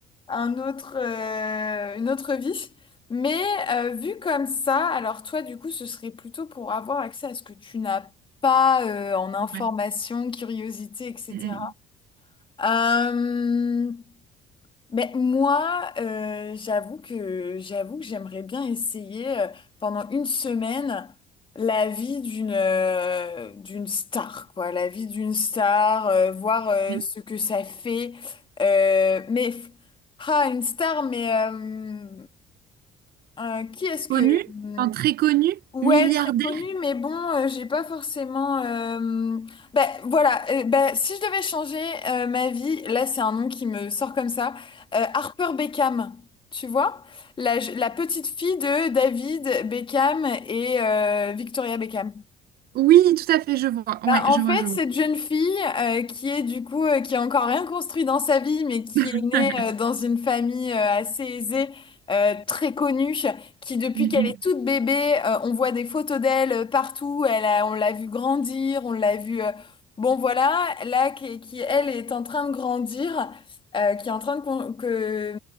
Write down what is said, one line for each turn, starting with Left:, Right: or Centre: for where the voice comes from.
Left: un autre, euh, une autre vie. Mais euh, vu comme ça, alors toi du coup, ce serait plutôt pour avoir accès à ce que tu n'as pas euh, en information,
Right: Ouais.
Left: curiosité, etc.
Right: Mm,
Left: Euh, mais moi, euh, j'avoue que j'avoue que j'aimerais bien essayer euh, pendant une semaine la vie d'une euh, d'une star, quoi, la vie d'une star, euh, voir euh,
Right: Mm. mm.
Left: ce que ça fait. Euh, mais ah, une star, mais euh, euh, qui est-ce que
Right: Connu,
Left: hmm,
Right: enfin, très connu,
Left: Ouais,
Right: milliardaire.
Left: très connu, mais bon, euh, j'ai pas forcément. euh, Ben voilà, euh, ben, si je devais changer euh, ma vie, là c'est un nom qui me sort comme ça, euh, Harper Beckham, tu vois? La, la petite fille de David Beckham et euh, Victoria Beckham.
Right: Oui, tout à fait, je vois.
Left: Bah,
Right: Ouais,
Left: en
Right: je vois,
Left: fait,
Right: je vois.
Left: cette jeune fille euh, qui est du coup euh, qui a encore rien construit dans sa vie, mais qui
Right: <laughs>
Left: est née euh, dans une famille euh, assez aisée, euh, très connue, qui depuis
Right: Mm,
Left: qu'elle est toute bébé, euh, on voit des photos d'elle euh, partout. Elle a- on l'a vue grandir, on l'a vue. euh, bon voilà, là qui, qui elle est en train de grandir, euh, qui est en train de con- que,